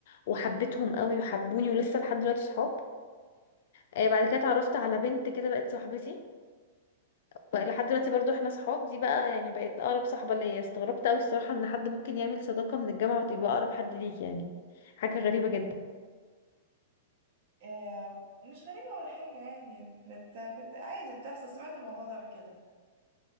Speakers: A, on the left; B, on the right.
A: وحبيتهم قوي وحبوني ولسه لحد دلوقتي صحاب آه، بعد كده اتعرفت على بنت كده بقت صاحبتي بقى لحد دلوقتي برضو احنا صحاب دي بقى يعني بقت اقرب صاحبة ليا استغربت قوي الصراحة ان حد ممكن يعمل صداقة من الجامعة وتبقى اقرب حد ليك يعني حاجة غريبة جدا
B: آه، مش غريبة ولا حاجة يعني بت... بت... عادي بتحصل سمعت الموضوع ده قبل كده